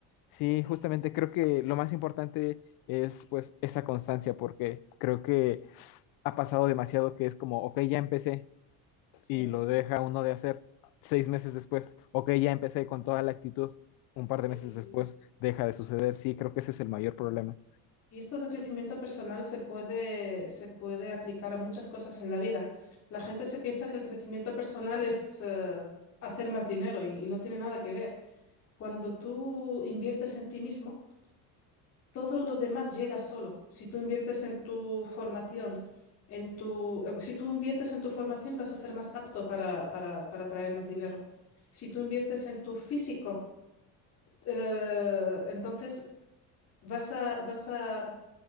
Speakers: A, on the left; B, on the left.
A: sí,
B: Y,
A: justamente creo que lo más importante es, pues, esa constancia, porque creo que ha pasado demasiado que es como, ok, ya empecé
B: sí.
A: y lo deja uno de hacer seis meses después, ok, ya empecé con toda la actitud, un par de
B: Y,
A: meses después deja de suceder. Sí, creo que ese es el mayor problema.
B: y esto del crecimiento personal se puede, se puede aplicar a muchas cosas en la vida. La gente se piensa que el crecimiento personal es eh, hacer más dinero y, y no tiene nada que ver. Cuando tú inviertes en ti mismo, Todo lo demás llega solo. Si tú inviertes en tu formación, en tu, eh, si tú inviertes en tu formación, vas a ser más apto para, para, para traer más dinero. Si tú inviertes en tu físico, eh, entonces vas a, vas a,